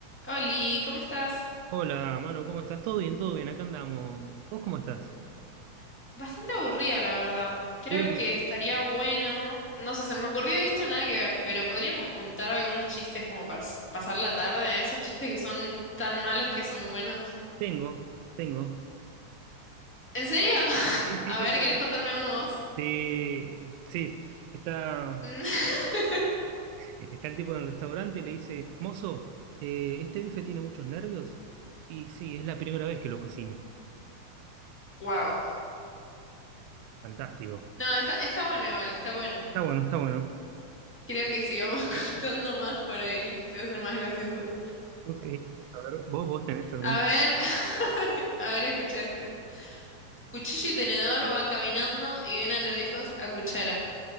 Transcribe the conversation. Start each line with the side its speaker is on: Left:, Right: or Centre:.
Centre: Oli, ¿cómo estás?
Right: Hola, Manu, ¿cómo estás? ¿Todo bien? ¿Todo bien? Acá andamos. ¿Vos cómo estás?
Centre: Bastante aburrida, la verdad. Creo
Right: Uh,
Centre: que estaría bueno. No sé, se me ocurrió esto, nada que ver, pero podríamos contar algunos chistes como para s- pasar la tarde, esos chistes que son tan malos que son buenos.
Right: tengo, tengo.
Centre: ¿En serio? <laughs>
Right: Sí, sí,
Centre: A
Right: tengo.
Centre: ver, ¿querés contarme uno vos?
Right: Eh, sí, está,
Centre: Mm, <laughs>
Right: está el tipo en el restaurante y le dice, mozo, eh, este bife tiene muchos nervios. Y sí, es la primera vez que lo cocino.
Centre: Wow.
Right: Fantástico.
Centre: No, está, está bueno igual, está bueno.
Right: Está bueno, está bueno.
Centre: Creo que si vamos <laughs> contando más por ahí se hace más gracioso.
Right: Ok. A ver, ¿vos, vos tenés alguno?
Centre: A ver,
Right: <laughs>
Centre: <laughs> a ver, escucha este. Cuchillo y tenedor van caminando y ven a lo lejos a cuchara.